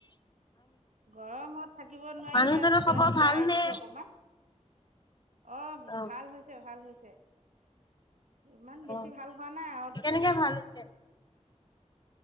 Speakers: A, on the right (about 80°); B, on the left (about 35°).
A: গৰমত থাকিব নোৱাৰিহে
B: মানুহজনৰ
A: বাহিৰত
B: খবৰ
A: ওলাই
B: ভালনে
A: আহিছো অকমান। অহ ',
B: অ
A: ভাল হৈছে - ভাল হৈছে। ইমান
B: অ
A: বেছি ভাল হোৱা নাই আৰু তথাপি।
B: কেনেকে ভাল হৈছে